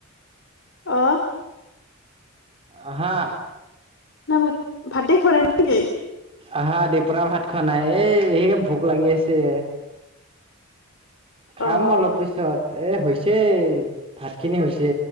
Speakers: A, on the left; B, on the right.
A: অ',
B: আহা
A: না ভাত ভাতে খোৱা নাই নেকি?
B: আহা দিপৰা ভাত খোৱা নাই এই সেই <unintelligible> ভোক লাগি আছে। খাম
A: অ
B: অলপ পিছত এ, হৈছে ভাত খিনি হৈছে।